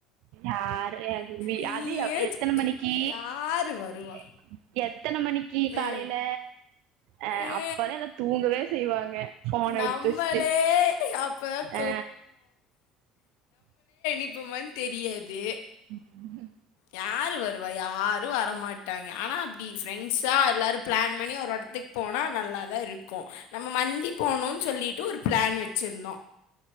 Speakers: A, on the right; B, on the left.
A: ஆ ஏ
B: நீயே
A: அது எத்தன
B: சொ
A: மணிக்கு
B: யாரு வருவா?
A: எ எத்தன மணிக்கு காலேல
B: ஏ
A: அ
B: ஏ
A: அப்பதா எல்லா தூங்கவே செய்வாங்க போன
B: நம்மளே
A: எடுத்துவச்சுட்டு
B: அப்பதான்
A: அ
B: இப்போ தெரியாது
A: <inaudible>
B: யார் வருவா யாரு வரமாட்டாங்க ஆனா அப்டி ஃப்ரெண்ட்ஸா எல்லாரு பிளான் பண்ணி ஒரு இடத்துக்கு போனா நல்லா தா இருக்கு நம்ம மந்தி போணுனு சொல்லிட்டு ஒரு பிளான் வச்சிருந்தோ